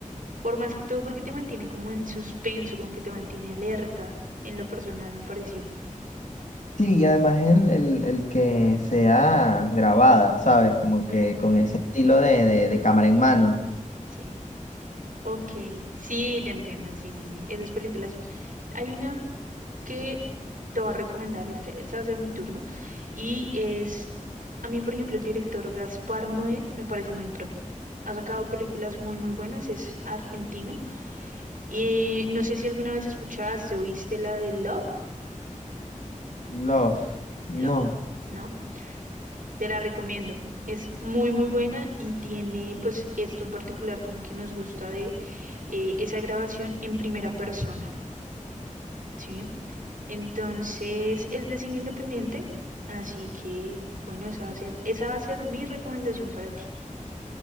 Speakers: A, on the right; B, on the left.
A: por más que todo porque te mantiene como en suspenso, como que te mantiene alerta. En lo personal me pareció.
B: sí, y además el, el, el que sea grabada, ¿sabes? Como
A: Mm,
B: que con ese estilo de, de, de cámara en mano.
A: sí. Ok, sí, te entiendo, sí, sí, sí. Esas películas. Hay una. que te va a recomendar. Este, este va a ser mi turno. Y es, a mí, por ejemplo, el director Gaspar Noé me parece muy pro. Ha sacado películas muy, muy buenas. Es argentino. Y no sé si alguna vez escuchaste o viste la de Love.
B: Love. No.
A: Love, ¿no? Te la recomiendo. Es muy, muy buena y tiene, pues, esto en particular, como que nos gusta de eh, esa grabación en primera persona. ¿Sí? Entonces, es de cine independiente, así que, bueno, esa va a ser, esa va a ser mi recomendación para ti.